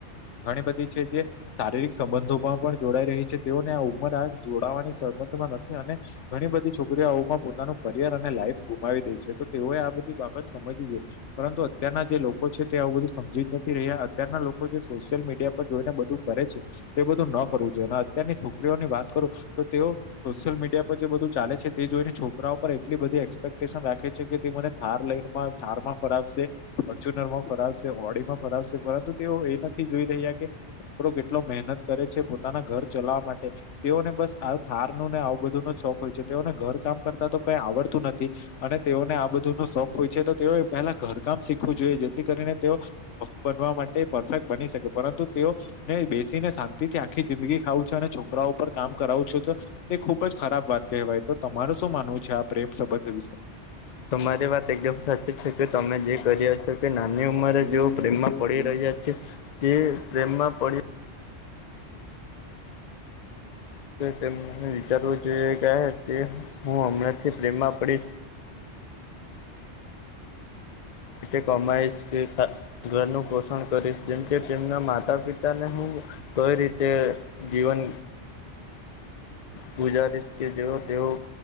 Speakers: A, on the left; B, on the left.
A: ઘણી બધી છે જે શારીરિક સંબંધો પણ પણ જોડાઈ રહી છે તેઓને આ ઉંમર આ જોડાવાની સંબંધમાં નથી અને ઘણી બધી છોકરીઓ આવમાં પોતાનું કરિયર અને લાઈફ ગુમાવી દે છે તો તેઓએ આ બધી બાબત સમજવી જોઈએ. પરંતુ અત્યારના જે લોકો છે તે આવું બધું સમજી જ નથી રહ્યા અત્યારના લોકો જે સોશિયલ મીડિયા પર જોઈને બધું કરે છે. તે બધું ન કરવું જોઈએ અને અત્યારની છોકરીઓની વાત કરું તો તેઓ સોશિયલ મીડિયા પર જે બધુ ચાલે છે તે જોઈને છોકરાઓ પર એટલી બધી એ એક્સપેક્ટેશન રાખે છે કે, તે મને થાર લઈ થારમાં ફરાવશે. ફર્ચુનર માં ફરાવશે ઓડીમાં ફરાવશે પરંતુ તેઓ એ નથી જોઈ રહ્યા કે છોકરો કેટલો મહેનત કરે છે પોતાના ઘર ચલાવા માટે તેઓને બસ આ થાર નું ને આવું બધું ન શોખ હોય છે તેઓને ઘર કામ કરતા તો કઈ આવડતું નથી. અને તેઓને આ બધુંનો શોખ હોય છે તો તેઓ પહેલા ઘરકામ શીખવું જોઈએ જેથી કરીને તેઓ પત્ની બનવા માટે પરફેક્ટ બની શકે પરંતુ તેઓ મેં બેસીને શાંતિથી આખી જિંદગી ખાવું છું અને છોકરાઓ ઉપર કામ કરાવું છું તો તે ખુબ જ ખરાબ વાત કહેવાય તો તમારું શું માનવું છે આ પ્રેમ સંબંધ વિશે?
B: તમારી વાત એકદમ સાચી છે કે તમે જે કરી્યા છો કે નાની ઉંમરે જેવ
A: ઉંમરે
B: પ્રેમમાં
A: જે
B: પડી
A: પ્રેમ
B: રહ્યા તે પ્રેમમાં પડી તેમને વિચારવું જોઈએ કે હું હમણાંથી પ્રેમમાં પડીશ. એટ કમાાયશ કે ઘરનું પોષણ કરીશ જેમ કે તેમના માતા પિતાને હું કઈ રીતે જીવન? ગુજારી જે તેઓ